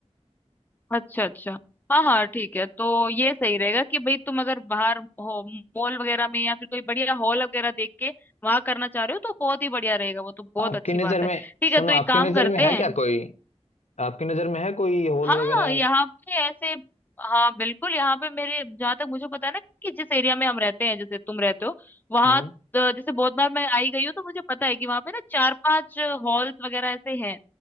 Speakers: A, on the left; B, on the left.
A: अच्छा अच्छा हाँ हाँ ठीक है तो ये सही रहेगा कि भाई तुम अगर बाहर हो मॉल वगैरह में या फिर कोई बढ़िया हॉल वगैरह देख के वहां करना चाह रहे हो तो बहुत ही बढ़िया रहेगा वो तो बहुत
B: आपकी
A: अच्छी
B: नजर
A: बात
B: में
A: है ठीक है
B: सुनो
A: तो
B: आपकी
A: एक काम
B: नजर
A: करते
B: में है
A: हैं
B: क्या कोई आपकी नजर में है कोई हॉल
A: हाँ
B: वगैरह
A: यहाँ पे ऐसे हाँ बिल्कुल यहाँ पे मेरे जहाँ तक मुझे पता है ना कि जिस एरिया में हम रहते हैं जैसे तुम रहते हो वहाँ
B: हम्म
A: तो जैसे बहुत बार मैं आई गई हूँ तो मुझे पता है कि वहाँ पे ना चार पांच हॉल्स वगैरह ऐसे हैं